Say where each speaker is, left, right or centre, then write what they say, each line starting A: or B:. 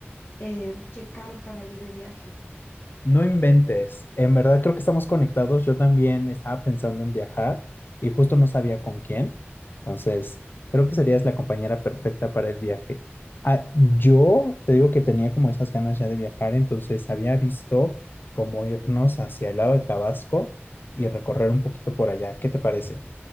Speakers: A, on the left; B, on the left.
A: eh, checar para ir de viaje?
B: No inventes. En verdad creo que estamos conectados. Yo también estaba pensando en viajar y justo no sabía con quién. Entonces, creo que serías la compañera perfecta para el viaje. Ah, yo te digo que tenía como esas ganas ya de viajar, entonces había visto cómo irnos hacia el lado de Tabasco y recorrer un poquito por allá. ¿Qué te parece?